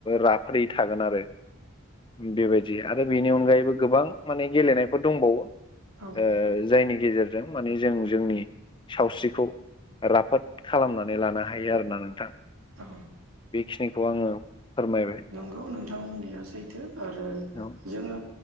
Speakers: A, on the left (about 20°); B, on the right (about 90°).
A: राफोदै थागोन आरो। बेबायदि आरो बेनि अनगायैबो गोबां माने गेलेनायफोर दंबावो
B: औ औ
A: ओ जायनि गेजेरजों माने जों जोंनि सावस्रिखौ राफोद खालामनानै लानो हायो आरोना नोंथां।
B: औ
A: बेखिनिखौ आङो फोरमायबाय
B: नंगौ नोंथां बुंनाया सैथो आरो
A: औ
B: जोङो